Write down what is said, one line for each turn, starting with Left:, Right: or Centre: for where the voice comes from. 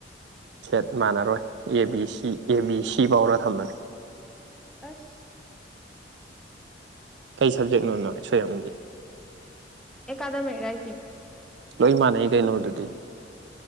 Right: ꯁꯦꯠ ꯃꯥꯟꯅꯔꯣꯏ A B C A B C ꯐꯥꯎꯔꯥ ꯊꯝꯕꯅꯤ꯫
Centre: ꯑꯁ꯫
Right: ꯀꯩ ꯁꯕꯖꯦꯛꯅꯣ ꯅꯣꯏ ꯁꯣꯏꯌꯥꯝꯒꯤ꯫
Centre: ꯑꯦꯀꯗꯥꯃꯤꯛ ꯔꯥꯏꯇꯤꯡ꯫
Right: ꯂꯣꯏ ꯃꯥꯟꯅꯩ ꯀꯩꯅꯣ ꯑꯗꯨꯗꯤ꯫